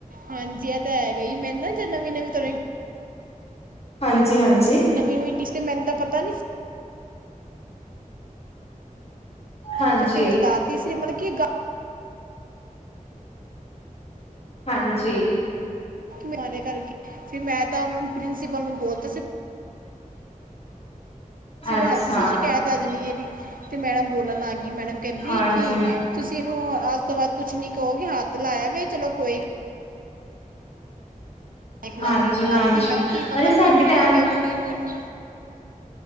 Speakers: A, on the right; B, on the left.
A: ਹਾਂਜੀ ਇਹ ਤਾਂ ਹੈਗਾ ਹੀ ਮੈਨੂੰ ਨਾ ਜਨਮਨਵ ਤ
B: ਹਾਂਜੀ ਹਾਂਜੀ
A: ਨਵੀਂਵੀਂ ਟੀ ਤੇ ਮੈਨੂੰ ਤਾਂ ਪਤਾ ਨ ਸੀ
B: ਹਾਂਜੀ
A: ਤੇ ਫਿਰ ਲਾਤੀ ਸੀ ਮਤਲਬ ਕਿ ਗਾ-
B: ਹਾਂਜੀ
A: ਮ ਕਰਕੇ ਫਿਰ ਮੈਂ ਤਾਂ ਉਹਨਾਂ ਨੂੰ ਪ੍ਰਿੰਸੀਪਲ ਨੂੰ ਬੋਲਤਾ ਸੀ
B: ਅੱਛਾ।
A: ਹਲਕ ਸੀ ਸ਼ਿਕਾਇਤ ਆ ਜਾਣੀ ਇਹਦੀ ਤੇ ਮੈਡਮ ਬੋਲਣ ਲੱਗ ਗਈ ਮੈਡਮ ਕਹਿੰਦੀ
B: ਹਾਂਜੀ,
A: ਕਿ ਤੁਸੀਂ ਇਹਨੂੰ ਅੱ ਤੋਂ ਬਾਅਦ ਕੁਛ ਨੀ ਕਹੋਗੇ ਹੱਥ ਲਾਇਆ ਵ ਚਲੋ ਕੋਈ ਲਾਂਗੀ
B: ਹਾਂਜੀ,
A: ਤ
B: ਹਾਂਜੀ
A: ਗਈ ਮੈਂ ਕਿਹਾ ਕੀ ਪਤਾ
B: ਅਰੇ ਸਾਡੇ
A: ਪਤਾ ਕੀ
B: ਟੈਮ
A: ਹੋ ਗਿਆ ਉਹ ਕੁੜੀ ਨੂੰ ਇਹਨੂੰ